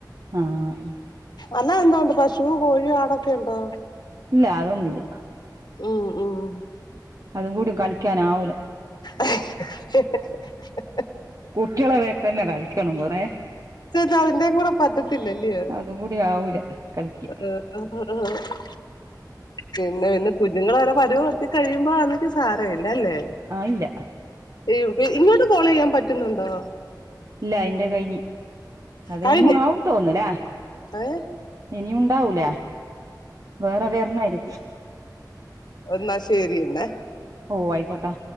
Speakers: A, on the right; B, on the left.
A: ആഹ്
B: അല്ല എന്തോ ഉണ്ട് പശുവോ കോഴിയോ ആടൊക്കെയുണ്ടോ?
A: ഇല്ല അതൊന്നുല്ല
B: ഉം ഉം
A: അതും കൂടെ കളിക്കാനാവൂല
B: ഏഹ് ഹാ
A: കുട്ടികളെ വെക്കന്നെ കളിക്കണം കൊറെേ
B: ഇതിതതിന്റെയും കൂടെ പറ്റത്തില്ലല്ലേ
A: അതും കൂടി ആവൂല കളിക്ക്
B: <unintelligible> ഉം <inaudible> പിന്നെ പിന്നെ കുഞ്ഞുങ്ങൾ വരെ പരുവ്ത്തി കഴിയുമ്പോ അനിക്ക് സാരല്ല അല്ലേ
A: ആഹ് ഇല്ല
B: ഇവ് ഇങ്ങോട്ട് കോൾ ചെയ്യാൻ പറ്റുന്നുണ്ടോ?
A: ഇല്ല അതിന്റെ കഴിഞ് അത്
B: കഴിഞ്ഞ
A: ഇനിയും ആവുട്ടോ ന്നലാ
B: ഏ
A: ഇനിയും ഉണ്ടാവൂലേ? വേറെ വരണായിരി
B: ഊ ന്നാ ശെരിനന്നാ
A: ഓ ആയിക്കോട്ടെ